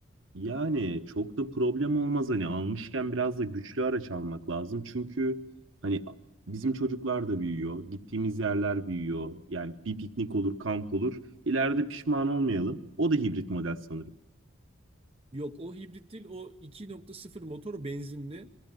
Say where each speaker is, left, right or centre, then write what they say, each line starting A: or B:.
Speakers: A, on the right; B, on the right.
A: Yani çok da problem olmaz hani almışken biraz da güçlü araç almak lazım. Çünkü hani bizim çocuklar da büyüyor, gittiğimiz yerler büyüyor. Yani bir piknik olur, kamp olur. İleride pişman olmayalım. O da hibrit model sanırım.
B: Yok o hibrit değil o 2.0 motor benzinli